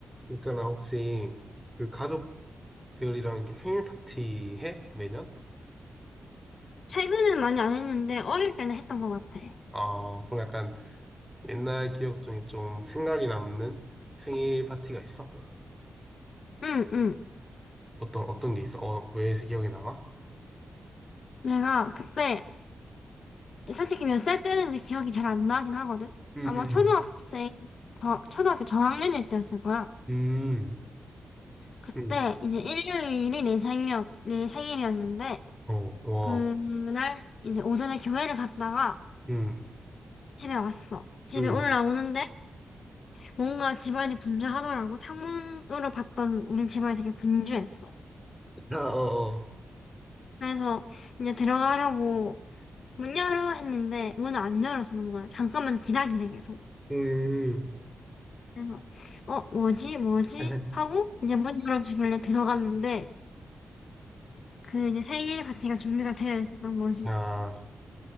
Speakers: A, in the centre; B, on the left (about 65°).
A: 그러니까 나 혹시 그 가족들이랑 이렇게 생일 파티 해? 매년?
B: 최근엔 많이 안 했는데 어릴 때는 했던 것 같아.
A: 아, 그럼 약간 옛날 기억 중에 좀 생각이 남는 생일 파티가 있어?
B: 응, 응.
A: 어떤, 어떤 게 있어? 어, 왜 기억이 남아?
B: 내가 그때 솔직히 몇 살 때는지 기억이 잘 안 나긴 하거든.
A: 음,
B: 아마 초등학생 저, 초등학교 저학년일 때였을 거야.
A: 음, 음,
B: 그때
A: 음,
B: 이제 일요일이 내 생일이었, 내 생일이었는데
A: 어, 와,
B: 그날 이제 오전에 교회를 갔다가
A: 음,
B: 집에 왔어. 집에
A: 음,
B: 올라오는데 뭔가 집안이 분주하더라고. 창문으로 봤던 우리 집안이 되게 분주했어.
A: 아, 어, 어,
B: 그래서 이제 들어가려고 문 열어 했는데 문을 안 열어주는 거야. 잠깐만 기다리래 계속.
A: 음,
B: 그래서 어 뭐지 뭐지
A: <laughs>
B: 하고 이제 문 열어주길래 들어갔는데 그 이제 생일 파티가 준비가 되어 있었던 거지.
A: 아,